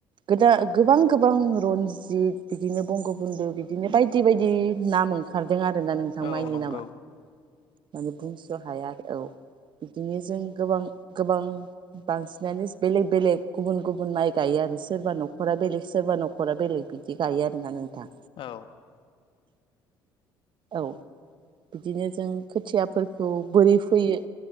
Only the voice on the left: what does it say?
औ
नंगौ
औ।